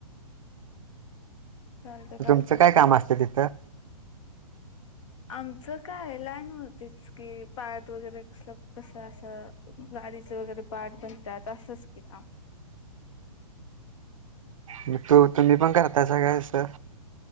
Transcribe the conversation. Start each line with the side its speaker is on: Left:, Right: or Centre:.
Left: चालतंय चालतंय
Right: तुमचं काय काम असतं तिथं?
Left: आमचं काय एलायन होती च की पार्ट वगैरे कसलं कसं असं गाडीचं वगैरे पार्ट बनत्यात असंच की काम.
Right: मी तो तुम्ही पण करतायसा का असं?